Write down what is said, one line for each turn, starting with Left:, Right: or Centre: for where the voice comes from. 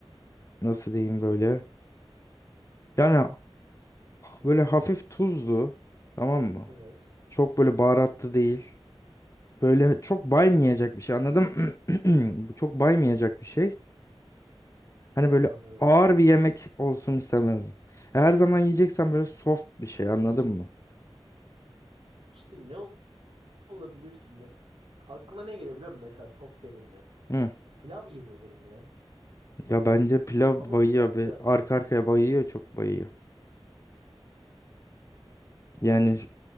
Left: Nasıl diyeyim böyle? Yani böyle hafif tuzlu tamam mı?
Right: Evet,
Left: Çok böyle baharatlı değil. Böyle çok baymayacak bir şey anladım. <clears throat> Bu çok baymayacak bir şey. Hani böyle
Right: anladım.
Left: ağır bir yemek olsun istemezdim. Her zaman yiyeceksen böyle soft bir şey anladın mı?
Right: İşte ne ol- olabilir ki mesela? Aklıma ne geliyor biliyor musun mesela soft dediğinde?
Left: Hı.
Right: Pilav geliyor benim ya.
Left: Ya bence pilav
Right: Ama
Left: bayıyor
Right: pilav
Left: be.
Right: da
Left: Arka arkaya bayıyor çok bayıyor. Yani